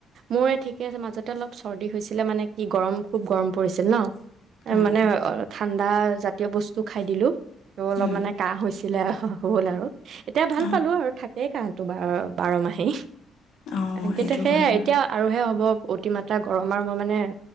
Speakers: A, on the right; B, on the left.
A: মোৰ ঠিকে আছে মাজতে অলপ চৰ্দি হৈছিল। আছিলে মানে, কি গৰম খুব গৰম পৰিছিল ন!
B: হয়,
A: মানে
B: হয়।
A: অ' ঠাণ্ডা। আদা জাতীয় বস্তু খাই দিলোঁ। ত অলপ
B: উম,
A: মানে কাহ হৈছে। বিলাইখন হ'ল আৰু। এতিয়া ভাল
B: অ',
A: পালো আৰু থাক। থাকেই কাহটো, বাৰ- বাৰ মাহেই।
B: অ',
A: কিন্তু
B: সেইটো
A: সেয়াই
B: হয়
A: এতিয়া
B: বাৰু।
A: আৰুহে হ'ব। অতিমাত্ৰা গৰম আৰু মই মানে